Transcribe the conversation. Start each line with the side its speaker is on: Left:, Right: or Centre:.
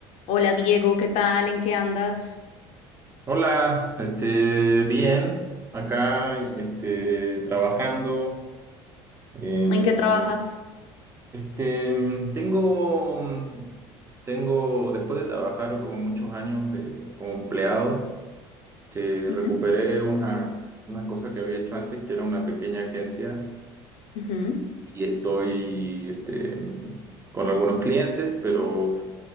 Left: Hola Diego, ¿qué tal? ¿En qué andas?
Right: Hola, este, bien, acá, este, trabajando. em,
Left: ¿En qué trabajas?
Right: este, em, tengo, mm, tengo, después de trabajar como muchos años de, como empleado, este,
Left: Ujú,
Right: recuperé una, una cosa que había hecho antes, que era una pequeña agencia,
Left: ujú,
Right: y estoy, este, em, con algunos clientes, pero